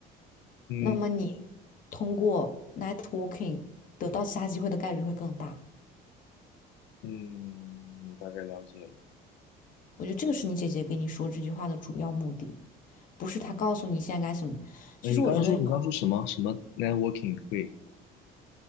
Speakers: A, on the left; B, on the left.
A: 嗯
B: 那么你通过 networking 得到其他机会的概率会更大。
A: 嗯，我大概了解了。
B: 我觉得这个是你姐姐给你说这句话的主要目的，不是她告诉你现在该什么。其实我觉得有，
A: 哎，你刚刚说你刚刚说什么什么 networking 会，